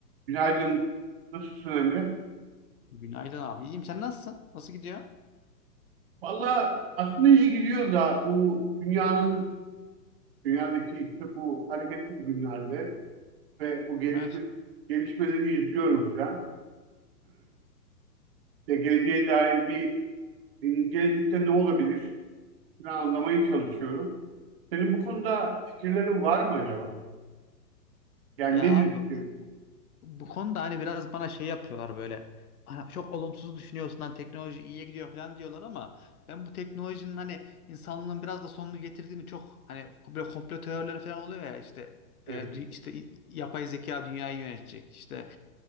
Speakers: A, on the right; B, on the left.
A: Günaydın. Nasılsın Emre?
B: Günaydın abi. İyiyim. Sen nasılsın? Nasıl gidiyor?
A: Valla aslında iyi gidiyor da bu dünyanın, dünyadaki işte bu hareketli bugünlerde ve bu gelişme,
B: Evet.
A: gelişmeleri izliyorum falan. Ve geleceğe dair bir, gelecekte ne olabilir? Bunu anlamaya çalışıyorum. Senin bu konuda fikirlerin var mı acaba? Yani
B: Ya
A: nedir
B: abi
A: fikir?
B: bu konuda hani biraz bana şey yapıyorlar böyle. Hani çok olumsuz düşünüyorsun lan teknoloji iyiye gidiyor falan diyorlar ama ben bu teknolojinin hani insanlığın biraz da sonunu getirdiğini çok hani böyle komplo teorileri falan oluyor ya işte e,
A: Evet.
B: dü- işte i- yapay zeka dünyayı yönetecek. işte.